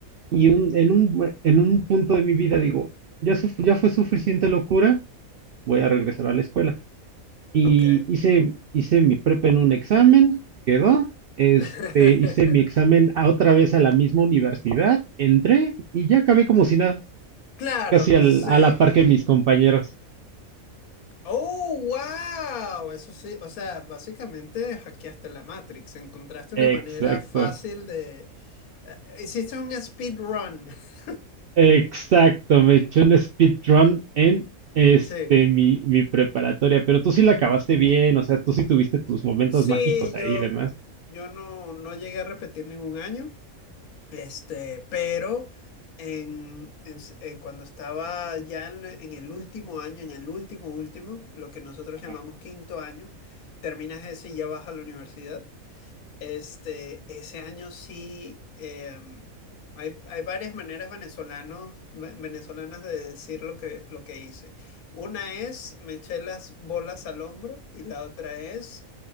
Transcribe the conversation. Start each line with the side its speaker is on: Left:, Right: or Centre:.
Right: Y un, en un, en un punto de mi vida digo, ya, suf- ya fue suficiente locura, voy a regresar a la escuela. Y
Left: ok.
Right: hice, hice mi prepa en un examen, quedó. Este,
Left: <laughs>
Right: hice mi examen a otra vez a la misma universidad, entré y ya acabé como si nada,
Left: Claro,
Right: casi al-
Left: sí.
Right: a la par que mis compañeros.
Left: Oh, wow. Eso sí, o sea, básicamente hackeaste la Matrix, encontraste una
Right: Exacto.
Left: manera fácil de... eh, hiciste un speedrun. <laughs>
Right: Exacto, me eché un speedrun en este
Left: Sí.
Right: mi, mi preparatoria, pero tú sí la acabaste bien, o sea, tú sí tuviste tus momentos
Left: Sí,
Right: mágicos
Left: yo,
Right: ahí y demás.
Left: yo no, no llegué a repetir ningún año. Este, pero en, en s- eh, cuando estaba ya en, en el último año, en el último último, lo que nosotros
Right: Ajá.
Left: llamamos quinto año, terminas ese y ya vas a la universidad. Este, ese año sí, em, hay, hay varias maneras venezolanos, ve- venezolanas de decir lo que, lo que hice. Una es me eché las bolas al hombro y la otra es